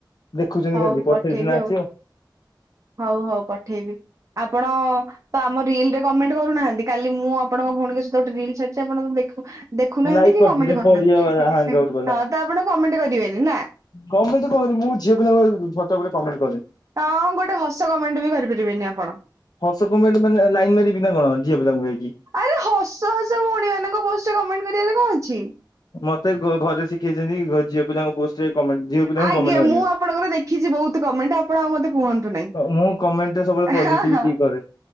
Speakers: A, on the left (about 60°); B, on the right (about 45°).
A: ଦେଖୁଛନ୍ତି
B: ହଉ
A: ଖାଲି ପଠେଇଛି
B: ପଠେଇବି
A: ସିନା
B: ଆଉ
A: ଆସିବ।
B: ହଉ ହଉ ପଠେଇବି। ଆପଣ ତ ଆମ ରିଲ ରେ କମେଣ୍ଟ କରୁନାହାନ୍ତି। କାଲି ମୁଁ ଆପଣଙ୍କ ଭଉଣୀଙ୍କ ସହିତ ଗୋଟେ ରିଲ ଛାଡିଛି ଆପଣ ଦେଖୁ ଦେଖୁନାହାନ୍ତି
A: ମୁଁ ଲାଇକ୍
B: କି
A: କରିଛି
B: କମେଣ୍ଟ
A: ଯୋଉ
B: କରୁନାହାନ୍ତି।
A: ପରିବା ବାଲା ହାଙ୍ଗ ଆଉଟ୍ ବାଲା
B: ହଁ ତ ଆପଣ କମେଣ୍ଟ କରିବେନି ନା?
A: କମେଣ୍ଟ କରିମୁ ଝିଅ ପିଲା <unintelligible>
B: ହଁ ଗୋଟେ ହସ କମେଣ୍ଟ ବି କରିପାରିବେନି ଆପଣ।
A: ହସ କମେଣ୍ଟ ମାନେ ଲାଇନ ମାରିବିନା କଣ ଝିଅ ପିଲାଙ୍କୁ ଯାଇକି।
B: ଆରେ ହସ ହସ ଭଉଣୀ ମାନଙ୍କ ପୋଷ୍ଟରେ କମେଣ୍ଟ କରିବାରେ କଣ ଅଛି।
A: ମତେ ଘରେ ଶିଖେଇଛନ୍ତି ଝିଅ ପିଲାଙ୍କ ପୋଷ୍ଟରେ କମେଣ୍ଟ ଝିଅ ପିଲାଙ୍କୁ
B: ଆଜ୍ଞା
A: କମେଣ୍ଟ ମାରିବା।
B: ମୁଁ ଆପଣଙ୍କର ଦେଖିଛି ବହୁତ କମେଣ୍ଟ ଆପଣ ଆଉ ମତେ କୁହନ୍ତୁ ନାହିଁ।
A: ମୁଁ କମେଣ୍ଟରେ ସବୁବେଳେ ପଜିଟିଭିଟି
B: ହଁ ହଁ
A: କରେ।